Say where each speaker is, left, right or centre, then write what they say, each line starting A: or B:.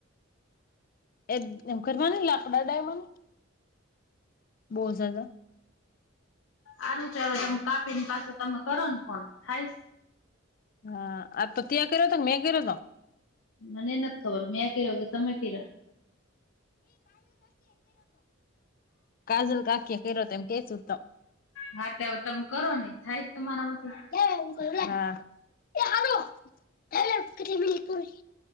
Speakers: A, on the left; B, on the left.
A: એ એમ કરવાની લાકડા ડાયમન બોલ જદા
B: આરું તો હવે તમે કાપી ને પાછો તમે કરો ને ફોન થાય
A: હા આ તો ત્યાં કર્યો હતો મેં કર્યો હતો
B: મને નથી ખબર મેં કર્યો કે તમે કર્યો
A: કાજલ કાકી્યાકરોતે એમ કે સત
B: હા ત તમે કરોને થાય તમારામાંથી
A: હ એ હેલો